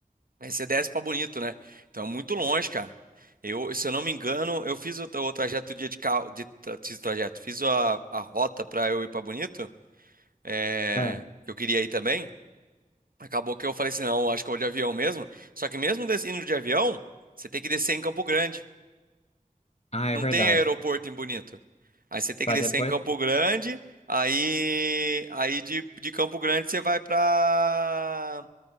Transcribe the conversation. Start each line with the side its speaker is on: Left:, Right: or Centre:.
Right: Aí você desce pra Bonito, né? Então é muito longe, cara. Eu, se eu não me engano, eu fiz o, o trajeto dia de carro, de, tra- fiz o trajeto, fiz a, a rota pra eu ir pra Bonito, é,
Left: É.
Right: que eu queria ir também. Acabou que eu falei assim, não, acho que eu vou de avião mesmo. Só que mesmo des- indo de avião, você tem que descer em Campo Grande.
Left: Ah,
Right: Não
Left: é verdade.
Right: tem aeroporto em Bonito. Aí você tem
Left: Para
Right: que descer
Left: depois,
Right: em Campo Grande, aí aí de, de Campo Grande você vai pra